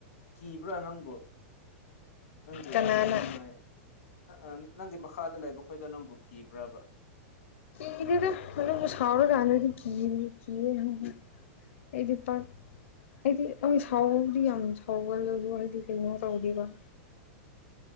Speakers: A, on the left; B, on the left.
A: ꯀꯤꯕ꯭ꯔ ꯅꯪꯕꯨ ꯅꯪꯒꯤ
B: ꯀꯅꯥꯅ
A: ꯑ <unintelligible> ꯅꯪꯒꯤ ꯃꯈꯥꯗ ꯂꯩꯕ ꯈꯣꯏꯗꯣ ꯅꯪꯕꯨ ꯀꯤꯕ꯭ꯔꯕ
B: ꯀꯤꯗꯦꯗ ꯑꯗꯨꯕꯨ ꯁꯥꯎꯔ ꯀꯥꯟꯗꯗꯤ ꯀꯤꯝꯅꯤ ꯀꯤꯌꯦ <unintelligible> ꯑꯩꯗꯤ ꯄꯥꯛ ꯑꯩꯗꯤ ꯍꯣꯏ ꯁꯥꯎꯕꯕꯨꯗꯤ ꯌꯥꯝ ꯁꯥꯎꯒꯜꯂꯖꯨ ꯑꯩꯗꯤ ꯀꯩꯅꯣ ꯇꯧꯗꯦꯕ